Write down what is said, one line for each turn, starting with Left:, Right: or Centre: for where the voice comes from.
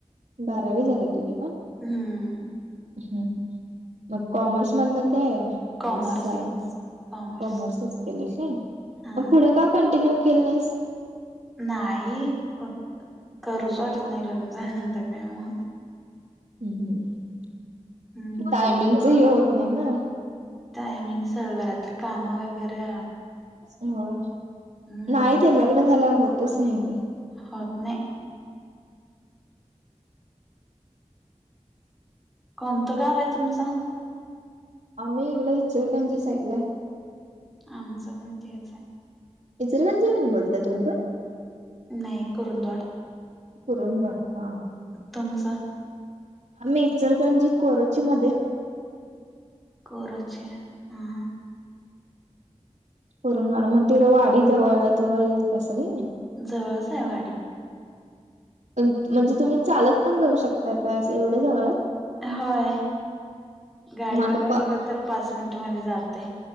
Right: बारावी झालीया तुझी पण?
Centre: हम्म
Right: हं हं म् कॉमर्स मधनं काय?
Centre: कॉमर्सच
Right: आर्टस् हाय
Centre: कॉमर्स
Right: कॉमर्सच केलस व्हय
Centre: हा
Right: म् पुढं का कंटिन्यू केल नाहीस?
Centre: नाही क् करूच वाटत नाही लग्न झाल्यानंतर काय म्.
Right: हुम् हम्
Centre: हम्म
Right: टायमिंगच हे होत नाही ना.
Centre: टायमिंगच घरातली काम वगैरे
Right: हं
Centre: हम्म
Right: नाही ते लग्न झाल्यावर होतच नाही ते.
Centre: होत नाही. कोणतं गाव हाय तुमचं?
Right: आम्ही इकडं इचलकरंजी साईडला हाय.
Centre: आमचं पण तेच हाय.
Right: इचलकरंजी वरून बोलताय तुम्ही पण?
Centre: नाही कुरुंदवाड.
Right: कुरुंदवाड हं.
Centre: तुमचं?
Right: आम्ही इचलकरंजी कोरोची मध्ये.
Centre: कोरोची हा हा.
Right: पुरूनवाड मग तिकडं वाडी जवळ जवळ येत असेल व्हय नी?
Centre: जवळच आहे वाडी.
Right: म्हणजे तुम्ही चालत पण जाऊ शकता काय असं एवढ्या जवळ हाय?
Centre: होय गाडीवरन
Right: मग आता प
Centre: गेलं तर पाच मिनटमध्ये जातोय.